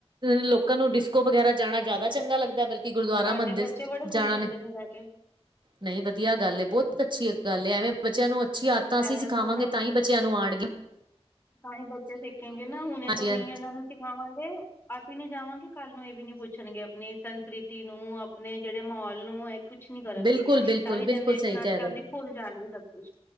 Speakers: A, on the right; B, on the left.
A: ਲੋਕਾਂ ਨੂੰ ਡਿਸਕੋ ਵਗੈਰਾ ਜਾਣਾ ਜ਼ਿਆਦਾ ਚੰਗਾ ਲੱਗਦਾ ਬਲਕਿ ਕਿ ਗੁਰਦੁਆਰਾ
B: ਸਾਡੇ
A: ਮੰਦਿਰ
B: ਬੱਚੇ ਬੜੇ
A: ਜਾਣਾ
B: ਖੁਸ਼ ਹੁੰਦੇ
A: ਨੇ
B: ਜਾ ਕੇ
A: ਨਹੀਂ ਵਧੀਆ ਗੱਲ ਬਹੁਤ ਅੱਛੀ ਗੱਲ ਹੈ ਐਵੇਂ ਬੱਚਿਆਂ ਨੂੰ ਅੱਛੀ ਆਦਤਾਂ ਅਸੀਂ
B: ਚਾਹੇ
A: ਸਿਖਾਵਾਂਗੇ
B: ਹੁਣ
A: ਤਾਂ ਹੀ ਬ ਬੱਚਿਆਂ ਨੂੰ ਆਉਣਗੇ
B: ਤਾਂ ਹੀ ਬੱਚੇ ਸਿੱਖੇਗੇ ਨਾ ਹੁਣੇ ਤੋਂ ਨੀ
A: ਹਾਂ
B: ਇਹਨਾਂ ਨੂੰ ਸਿਖਾਵਾਂਗੇ ਅਸੀਂ ਨੀ ਜਾਵਾਂਗੇ ਕੱਲ ਨੂੰ ਇਹ ਵੀ ਨੀ ਪੁੱਛਣਗੇ ਆਪਣੀ ਸੰਸਕ੍ਰਿਤੀ ਨੂੰ ਆਪਣੇ ਜਿਹੜੇ ਮੋਹਲ ਨੂੰ ਕੁਛ ਨੀ ਕਰਨਗੇ
A: ਬਿਲਕੁਲ ਬਿਲਕੁਲ
B: ਸਾਰੀ
A: ਬਿਲਕੁਲ
B: ਜਨਰੇਸ਼ਨ
A: ਸਹੀ ਕਹਿ
B: ਅੱਜ
A: ਰਹੇ
B: ਕੱਲ੍ਹ ਦੀ ਭੁੱਲ ਜਾਣਗੇ ਸਭ ਕੁਛ